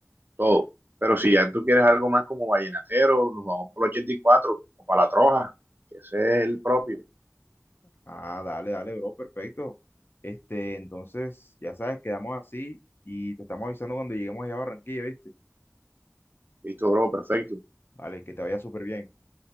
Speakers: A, on the right; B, on the left.
A: todo. Pero si ya tú quieres algo más como vallenatero, nos vamos por el 84 o para la Troja, que ese es el propio.
B: Ah, dale, dale, bro, perfecto. Este, entonces, ya sabes, quedamos así y te estamos avisando cuando lleguemos allá a Barranquilla, ¿viste?
A: Listo, bro, perfecto.
B: Vale, que te vaya súper bien.